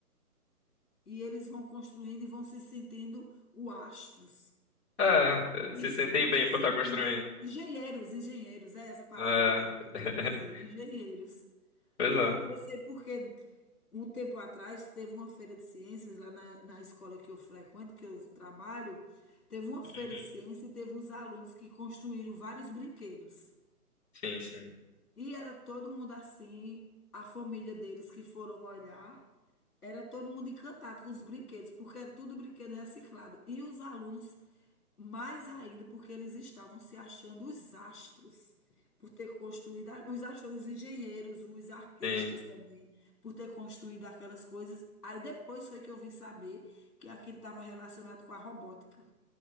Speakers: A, on the left; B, on the left.
A: E eles vão construindo e vão se sentindo o astros.
B: É,
A: E
B: se
A: se-
B: sentem
A: Vão
B: bem
A: se
B: por
A: sentindo
B: estar construindo.
A: engenheiros, engenheiros, é essa palavra
B: É,
A: que eu estava querendo
B: <laughs>
A: te dizer, engenheiros.
B: pois
A: É,
B: é.
A: eu sei porque um tempo atrás teve uma feira de ciências lá na, na escola que eu frequento, que eu trabalho. Teve uma feira
B: Uhum.
A: de ciências e teve uns alunos que construíram vários brinquedos.
B: Sim, sim,
A: E era todo mundo assim, a família deles que foram olhar, era todo mundo encantado com os brinquedos, porque era tudo brinquedo reciclado. E os alunos, mais ainda, porque eles estavam se achando os astros, por ter construído, a- os astros, os engenheiros, os artistas
B: sim.
A: também, por ter construído aquelas coisas. Aí depois foi que eu vim saber que aquilo estava relacionado com a robótica.